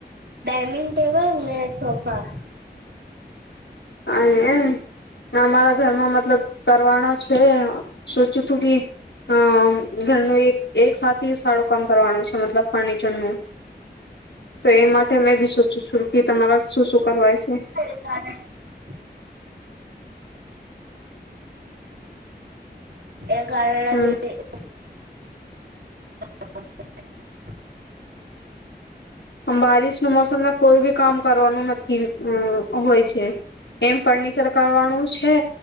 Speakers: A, on the right; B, on the left.
A: ડાયનિંગ ટેબલ ને સોફા
B: હા એમ ના અમારા ઘરમાં મતલબ કરવાનો છે સોચ્યું તું કી અમ ઘરનું એક એકસાથી સારું કામ કરવાનું છે મતલબ ફર્નિચરનું તો એ માટે મે બી સોચું છું કે તમારા શું શું કરવાય છે.
A: એ તારે. <inaudible> <inaudible> <inaudible> એ કારણે
B: હમ
A: <inaudible> <unintelligible>
B: આમ બારિશનું મોસમમાં કોઈ બી કામ કરવાનું નથી હોય છે. એમ ફર્નિચર કરવાનું છે.